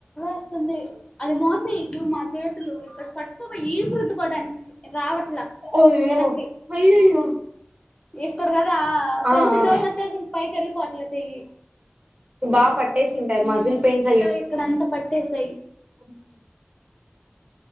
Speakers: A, on the left (about 25°); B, on the right (about 30°).
A: వస్తుంది అది మోసే ఇట్లు మా చేతులు ఇక్కడ పట్టుకోపోయి ఈపు రుద్దుకోవడానికి రావట్ల
B: అయ్యో
A: యనక్కి
B: అయ్యయ్యో
A: ఇక్కడ కదా
B: ఆ
A: కొంచెం
B: ఆ,
A: దూరం వచ్చా పైకి వెళ్ళిపోవట్లా చెయ్యి
B: బాగా పట్టేసింటాయి
A: హ్మ్మ్
B: మజిల్ పెయిన్స్
A: ఇక్కడ ఇక్కడ అంతా పట్టేసాయి
B: ఉమ్